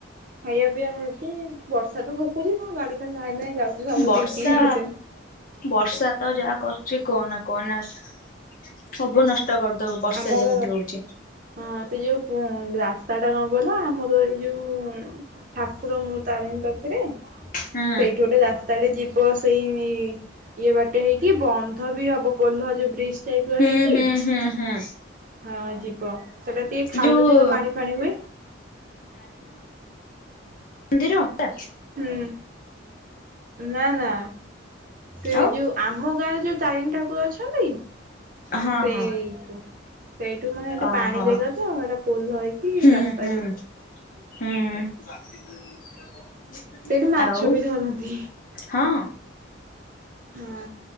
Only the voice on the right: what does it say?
ଖାଇବା ପିଇବା ହେଇଛି ବର୍ଷା ତ ପକୁଛି କଣ ଗାଡି ଖାଲି ଧାଇଁ ଧାଇଁ ଯାଉଛି ସବୁ
ତିନ୍ତିକି ଯାଉଛନ୍ତି।
ଆମର
ହଁ ସେ ଯୋଉ ରାସ୍ତା ଟା କଣ କିଲ ଆମର ଏଇ ଯୋଉ ଉ ଠାକୁର ମୁଁ ତାରିଣୀ ପାଖରେ ସେଇଠି
ଗୋଟେ ରାସ୍ତାଟେ ଯି ବ ସେଇ ଇଏ ବାଟେ ହେଇକି ବନ୍ଧ ବି ହବ ପୋଲ ଯୋଉ ବ୍ରିଜ ଟାଇପ ର
ହେଇକି
ହଁ ଯିବ ସେଟା ଟିକେ ଖାଲ
ଜାଗା ପାଣି ଫାଣି ହୁଏ।
ହୁଁ ନା ନା ସେ
ଯୋଉ ଆମ ଗାଁରେ ଯୋଉ ତାରିଣୀ ଠାକୁର ଅଛନ୍ତି।
ସେଇଠୁ
ସେଇଠୁ ମାନେ ଏଠି
ପାଣି ଜାଗା ତ ଏଇଟା ପୋଲ ହେଇକି
ରାସ୍ତା
<unintelligible>
ସେଠି ମାଛ
ବି ଧରନ୍ତି।
ହଁ